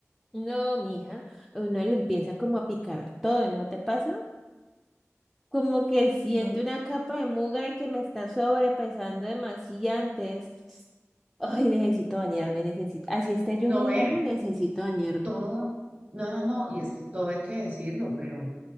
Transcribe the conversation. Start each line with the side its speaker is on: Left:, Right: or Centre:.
Centre: No, mija, a uno le empieza como a picar todo, ¿no te pasa? Como que siento
Right: No,
Centre: una capa de mugre que me está sobrepesando demasiado antes. Ay, necesito bañarme, necesito. Así está lloviendo,
Right: no ven,
Centre: necesito bañarme.
Right: todo, no, no, no, y es que todo hay que decirlo, pero